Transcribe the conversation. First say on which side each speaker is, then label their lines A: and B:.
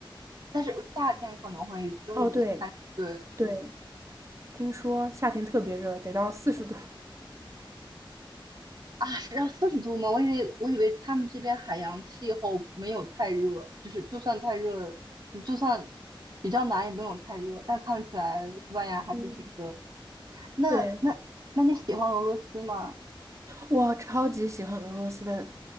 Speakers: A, on the right; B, on the right.
A: 但是夏天可能会热一点，
B: 哦，对
A: 但对，
B: 对，听说夏天特别热，得到四十度。
A: 嗯啊，是要四十度吗？我以为我以为他们这边海洋气候没有太热，就是就算太热，就算比较难也没有太热，但看起来西班牙还是挺热的。
B: 嗯，<laughs>
A: 那那那你喜欢俄罗斯吗？
B: 对，我超级喜欢俄罗斯的，